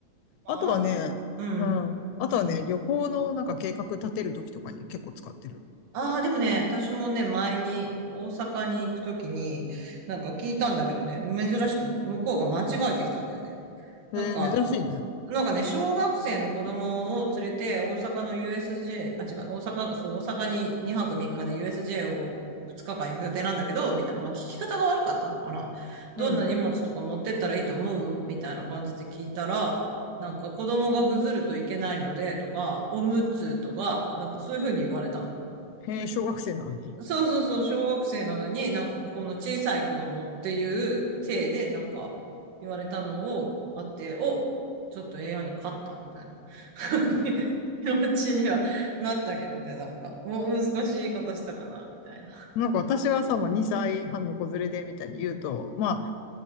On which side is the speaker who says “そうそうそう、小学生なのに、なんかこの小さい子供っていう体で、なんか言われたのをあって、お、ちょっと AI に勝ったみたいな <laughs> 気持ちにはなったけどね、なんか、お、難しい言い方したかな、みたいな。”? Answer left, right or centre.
Right